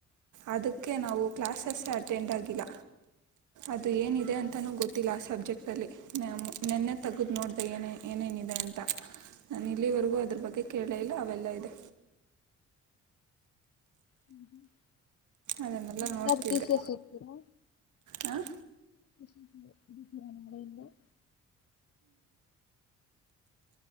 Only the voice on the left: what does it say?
ಹ್ಮ್ ಹ್ಮ್
ನಿಮ್ಗಾಗಿ
ಪೀಸ್ ಎಸ್ ಇರ್ತೀರಾ
ಷರ ಎಲ್ಲ <unintelligible>